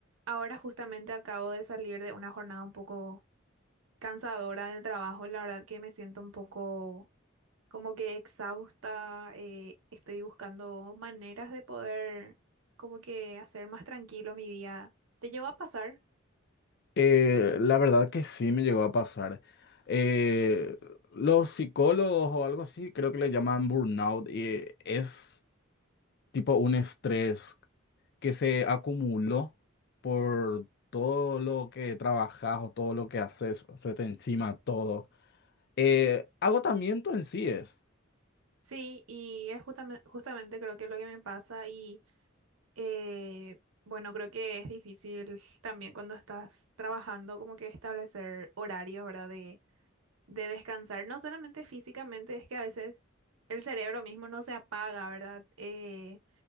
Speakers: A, on the right; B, on the left.
A: Ahora justamente acabo de salir de una jornada un poco cansadora del trabajo. La verdad que me siento un poco como que exhausta. eh, estoy buscando maneras de poder como que hacer más tranquilo mi día. ¿Te llevo a pasar?
B: Eh, la verdad que sí me llegó a pasar. Eh, los psicólogos o algo así, creo que le llaman burnout y es tipo un estrés que se acumuló por todo lo que trabajas o todo lo que haces, o se te encima todo. Eh, agotamiento en sí es.
A: Sí, y es justamente, justamente creo que es lo que me pasa y eh, bueno, creo que es difícil también cuando estás trabajando como que establecer horarios, ¿verdad? De de descansar, no solamente físicamente, es que a veces el cerebro mismo no se apaga, ¿verdad? Eh,